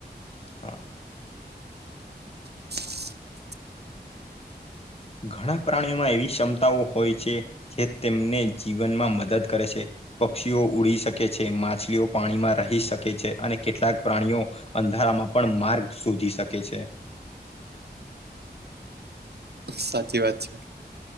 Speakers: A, on the left; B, on the right.
A: હા.
B: <inaudible>
A: ઘણા પ્રાણીઓમાં એવી સમતાઓ હોય છે જે તેમને જીવનમાં મદદ કરે છે. પક્ષીઓ ઉડી શકે છે, માછલીઓ પાણીમાં રહી શકે છે અને કેટલાક પ્રાણીઓ અંધારામાં પણ માર્ગ શોધી શકે છે.
B: સાચી વાત છે.